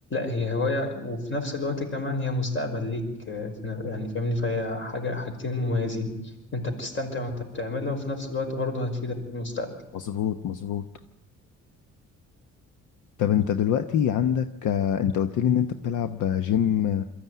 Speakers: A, on the left (about 40°); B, on the left (about 80°).
A: هي هواية وفي نفس الوقت كمان هي مستقبل ليك آه، في ن- يعني فاهمني فهي حاجة حاجتين مميزين أنت بتستمتع وأنت بتعملها وفي نفس الوقت برضه هتفيدك في المستقبل
B: مظبوط مظبوط طب انت دلوقتي عندك آه، انت قلت لي ان انت بتلعب جيم